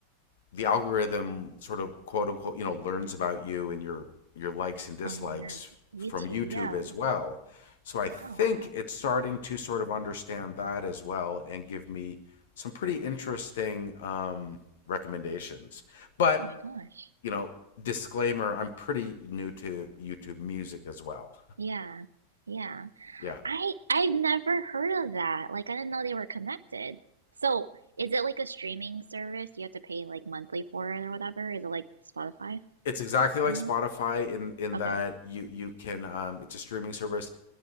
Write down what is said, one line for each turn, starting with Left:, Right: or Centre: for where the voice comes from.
Left: the algorithm sort of quote unquote you know learns about you and your your likes and dislikes
Right: on your YouTube.
Left: from YouTube
Right: Yeah.
Left: as well. So I think
Right: Oh wow.
Left: it's starting to sort of understand that as well and give me some pretty interesting um, recommendations. But
Right: Oh my gosh.
Left: you know, disclaimer: I'm pretty new to YouTube Music as well.
Right: Yeah. Yeah.
Left: Yeah,
Right: I I've never heard of that. Like I didn't know they were connected. So is it like a streaming service? You have to pay like monthly for it or whatever? Is it like Spotify
Left: it's exactly like
Right: in a
Left: Spotify
Right: way?
Left: in in
Right: Okay.
Left: that you you can um, it's a streaming service